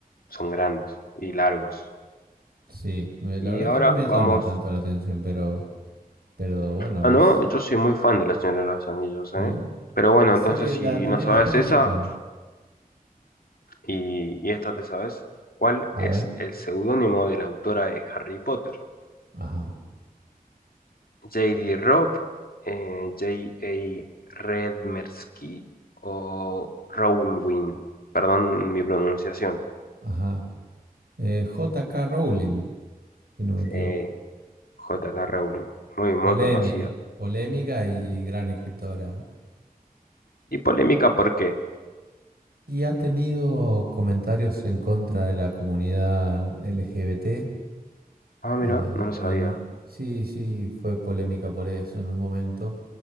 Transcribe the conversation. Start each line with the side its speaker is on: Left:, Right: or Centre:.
Left: son grandes y largos.
Right: Sí, me-
Left: Y
Right: la verdad
Left: ahora
Right: que no me llama
Left: vamos.
Right: tanto la atención, pero, pero bueno,
Left: Ah,
Right: es
Left: no, yo soy muy fan de los Señor de los Anillos,
Right: sí.
Left: ¿eh? Pero bueno,
Right: La serie,
Left: entonces si
Right: la peli,
Left: no sabes
Right: las pelis
Left: esa
Right: están buenas.
Left: y, y esta te sabes, ¿cuál
Right: A
Left: es
Right: ver,
Left: el seudónimo de la autora de Harry Potter?
Right: ajá,
Left: J D Robb, eh, J A Redmersky o Rowling? Perdón mi pronunciación.
Right: ajá. Eh, J.K. Rowling, si no me equivoco.
Left: Eh, J K Rowling, muy, muy
Right: Polémica,
Left: conocida.
Right: polémica y gran escritora.
Left: Y polémica, ¿por qué?
Right: Y ha tenido comentarios en contra de la comunidad LGBT
Left: Ah, mira,
Right: Eh,
Left: no lo sabía.
Right: en- sí, sí, fue polémica por eso en un momento,